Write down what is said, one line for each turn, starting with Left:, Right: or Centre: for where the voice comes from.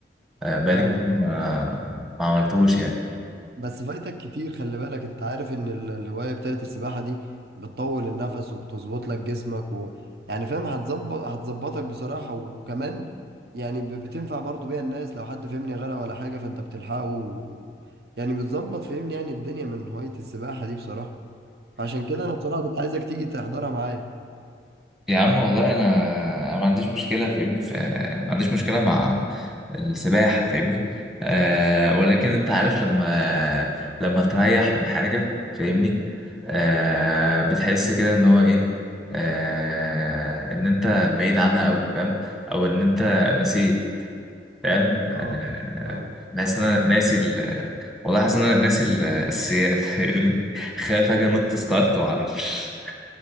Centre: آه، بقالي
Right: فاهمك
Centre: كتير
Right: اه.
Centre: ما ما عملتوش يعني
Right: بس فايتك كتير خلي بالك انت عارف ان ال- الهواية بتاعت السباحة دي بتطول النفس وبتظبط لك جسمك و... يعني فاهم هتظبط هتظبطك بصراحة وكمان يعني ب- بتنفع برضو بيها الناس لو حد فهمني غرق ولا حاجة فانت بتلحقه و... يعني بتظبط فهمني يعني الدنيا من هواية السباحة دي بصراحة فعشان كده انا بصراحة كنت عايزك تيجي تحضرها معايا
Centre: يا عم والله انا أنا ما عنديش مشكله فاهمني في... ما عنديش مشكله مع السباحه فاهمني آه ولكن انت عارف لما لما تريح من حاجه فاهمني آه بتحس كده ان هو ايه آه ان انت بعيد عنها قوي فاهم او ان انت نسيت فاهم
Right: اه
Centre: آه
Right: فاهم
Centre: بحس ان انا ناسي ال... والله حاسس ان انا ناسي الاساسيات فاهمني <laughs> خايف اجي انط ستارت ما اعرفش